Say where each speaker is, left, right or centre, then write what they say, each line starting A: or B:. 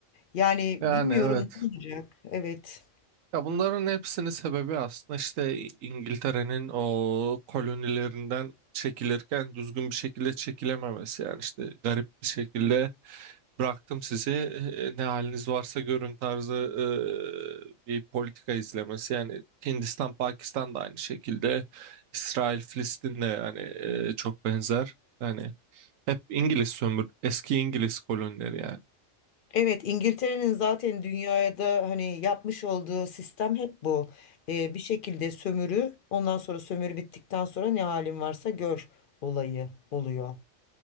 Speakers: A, on the left; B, on the right.
A: Yani
B: Yani
A: bilmiyorum
B: evet.
A: ne olacak. Evet.
B: Ya bunların hepsinin sebebi aslında işte İngiltere'nin o kolonilerinden çekilirken düzgün bir şekilde çekilememesi. Yani işte garip bir şekilde bıraktım sizi e, ne haliniz varsa görün tarzı e, bir politika izlemesi. Yani Hindistan, Pakistan da aynı şekilde. İsrail, Filistin de yani e, çok benzer. Yani hep İngiliz sömür, eski İngiliz kolonileri yani.
A: Evet, İngiltere'nin zaten dünyada hani yapmış olduğu sistem hep bu. Ee, bir şekilde sömürü, ondan sonra sömürü bittikten sonra ne halin varsa gör olayı oluyor.